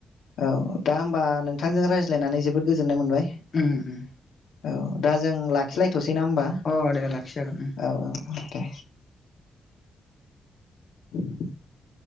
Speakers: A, on the left; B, on the left.
A: औ दा होमबा नोंथांजों रायज्लायनानै जोबोद नो मोनबाय
B: उम उम
A: । औ दा जों लाखिलाय थसै ना होमबा?
B: अ दे लाखिजागोन
A: औ औ औ दे । <inaudible>